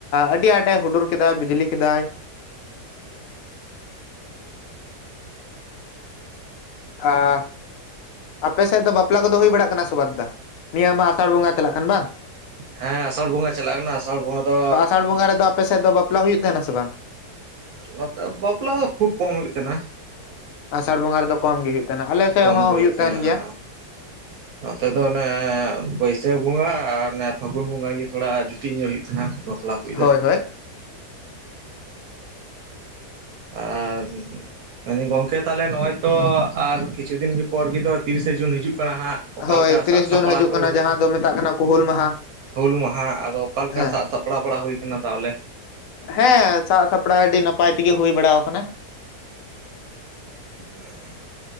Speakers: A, on the left; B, on the right.
A: ᱟᱹᱰᱤ ᱟᱸᱴᱮ ᱦᱩᱰᱩᱨ ᱠᱮᱫᱟᱭ ᱵᱤᱡᱽᱞᱤ ᱠᱮᱫᱟᱭ᱾ ᱟ ᱟᱯᱮ ᱥᱮᱜ ᱫᱚ ᱵᱟᱯᱞᱟ ᱠᱚ ᱫᱚ ᱦᱩᱭ ᱵᱟᱲᱟᱜ ᱠᱟᱱᱟ ᱥᱮᱵᱟ ᱫᱟ? ᱱᱤᱭᱟᱹ ᱢᱟ ᱟᱸᱥᱟᱲ ᱵᱚᱸᱜᱟ ᱪᱟᱞᱟᱜ ᱠᱟᱱ ᱵᱟᱝ?
B: ᱦᱮᱸ ᱟᱸᱥᱟᱲ ᱵᱚᱸᱜᱟ ᱪᱟᱞᱟᱜ ᱠᱟᱱᱟ ᱟᱸᱥᱟᱲ ᱵᱚᱸᱜᱟ ᱫᱚ
A: ᱥᱟᱲ ᱵᱚᱸᱜᱟ ᱨᱮᱫᱚ ᱯᱮᱥᱮᱫ ᱫᱚ ᱵᱟᱯᱞᱟ ᱦᱩᱭᱩᱜ ᱛᱟᱦᱮᱱᱟ ᱥᱮ ᱵᱟᱝ?
B: ᱚ ᱱᱚᱛᱮ ᱵᱟᱯᱞᱟ ᱫᱚ ᱠᱷᱩᱵ ᱠᱚᱢ ᱦᱩᱭᱩᱜ ᱠᱟᱱᱟ᱾
A: ᱟᱥᱟᱲ ᱵᱚᱸᱜᱟ ᱨᱮᱫᱚ ᱠᱚᱢ ᱜᱮ ᱦᱩᱭᱩᱜ ᱛᱟᱦᱮᱱᱟ ᱟᱞᱮ ᱥᱮᱫ
B: ᱠᱚᱢ
A: ᱦᱚᱸ
B: ᱜᱮ
A: ᱦᱩᱭᱩᱜ
B: ᱦᱩᱭ ᱠᱟᱱᱟ
A: ᱛᱟᱦᱮᱱ ᱜᱮᱭᱟ
B: ᱟ ᱱᱚᱛᱮ ᱫᱚ ᱚᱱᱮ ᱵᱟᱹᱭᱥᱟᱹᱠ ᱵᱚᱸᱜᱟ ᱟᱨ ᱚᱱᱮ ᱯᱷᱟᱹᱜᱩᱱ ᱵᱚᱸᱜᱟ ᱜᱮ ᱛᱷᱚᱲᱟ ᱡᱩᱴᱤᱡ ᱧᱚᱜ ᱦᱩᱭᱩᱜ ᱛᱟᱦᱮᱱᱟ ᱵᱟᱯᱞᱟ, ᱠᱚ
A: ᱦᱳᱭ
B: ᱫᱚ
A: ᱦᱳᱭ
B: ᱮ ᱢᱮᱱ ᱫᱟᱹᱧ ᱜᱚᱝᱠᱮ ᱛᱟᱦᱞᱮ ᱱᱚᱜ-ᱚᱭ ᱛᱚ ᱟᱨ ᱠᱤᱪᱷᱩ ᱫᱤᱱ ᱜᱮ ᱯᱚᱨ ᱜᱮ ᱛᱚ ᱛᱤᱨᱤ ᱥᱮ ᱡᱩᱱ ᱦᱤᱡᱩᱜ ᱠᱟᱱᱟ ᱦᱟᱸᱜ, ᱚᱠᱟ
A: ᱦᱳᱭ
B: ᱞᱮᱠᱟ
A: ᱛᱤᱨᱤᱥ
B: ᱥᱟᱵ ᱥᱟᱯᱲᱟᱣ
A: ᱡᱩᱱ ᱦᱤᱡᱩᱜ
B: ᱠᱚ
A: ᱠᱟᱱᱟ
B: ᱦᱩᱭ
A: ᱡᱟᱦᱟᱸ
B: ᱱᱟ
A: ᱫᱚ ᱢᱮᱛᱟᱜ ᱠᱟᱱᱟ ᱠᱚ ᱦᱩᱞ ᱢᱟᱦᱟ
B: ᱦᱩᱹᱞ ᱢᱟᱦᱟ ᱟᱫᱚ ᱚᱠᱟ ᱞᱮᱠᱟ
A: ᱦᱮᱸ
B: ᱥᱟᱜ ᱥᱟ ᱯᱟᱲᱟᱜ ᱵᱟᱲᱟ ᱦᱩᱭ ᱠᱟᱱᱟ ᱛᱟᱦᱞᱮ
A: ᱦᱮᱸ ᱥᱟᱵ ᱥᱟᱯᱲᱟᱣ ᱟᱹᱰᱤ ᱱᱟᱯᱟᱭ ᱛᱮᱜᱮ ᱦᱩᱭ ᱵᱟᱲᱟᱣ ᱠᱟᱱᱟ᱾
B: <unintelligible>